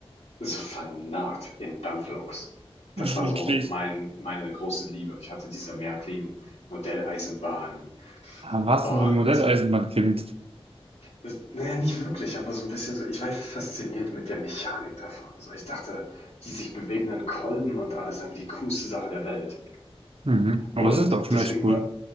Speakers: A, on the left; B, on the right.
A: so vernarrt in Dampfloks.
B: <laughs>
A: Das
B: Wirklich.
A: war so mein meine große Liebe. Ich hatte diese Märklin-Modelleisenbahn
B: Ah, Warst
A: und
B: du so ein Modelleisenbahnkind?
A: Das, naja, nicht wirklich, aber so ein bisschen so, ich war fasziniert mit der Mechanik davon. So, ich dachte, die sich bewegenden Kolben und alles sind die coolste Sache der Welt.
B: Mhm. Aber
A: Und
B: es ist auch schon
A: deswegen
B: echt cool.
A: war,